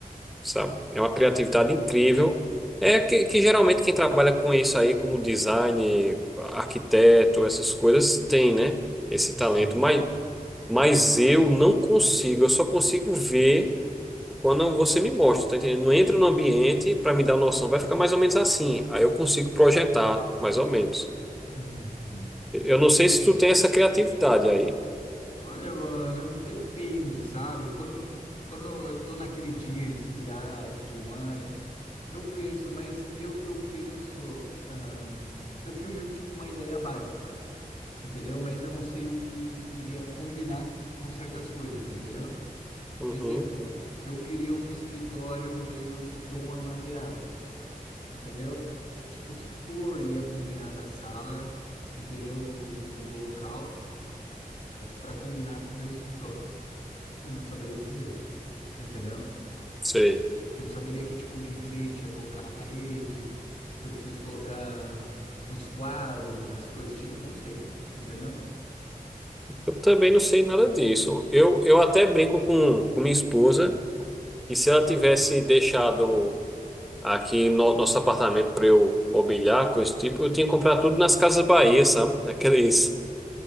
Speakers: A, in the centre; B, on the left.
A: sabe? É uma
B: nossa.
A: criatividade incrível. É que, que geralmente quem trabalha com isso aí, como design, arquiteto, essas coisas, tem, né? Esse talento.
B: Sim.
A: Mas, mas eu não consigo, eu só consigo ver quando você me mostra, tá entendendo? Não entra no ambiente para me dar uma noção, vai ficar mais ou menos assim. Aí eu consigo projetar, mais ou menos.
B: Uhum.
A: Eu não sei se tu tem essa criatividade aí.
B: Olha, mano, depende, sabe? Quando, quando eu tô naquele dia inspirado, tudo mais, eu penso, mas eu, eu penso, ahn, eu tenho meio que tipo uma ideia básica, entendeu? Mas eu não sei o que iria combinar com certas coisas, entendeu?
A: Uhum,
B: Exemplo, eu queria um escritório meio que tom amadeirado, entendeu? Tipo, que cor ia combinar da sala, entendeu? Do, lu- do, do local, para combinar com o meu escritório. Eu não saberia dizer, entendeu?
A: sei.
B: Não saberia que tipo de enfeite ia colocar na parede, se eu preciso colocar uns quadros, essas coisas, tipo, não sei, entendeu?
A: Eu também não sei nada disso. Eu, eu até brinco com, com minha esposa que se ela tivesse deixado aqui no, nosso apartamento para eu mobiliar, coisa do tipo, eu tinha comprado tudo nas Casas Bahia, sabe? <laughs> Naqueles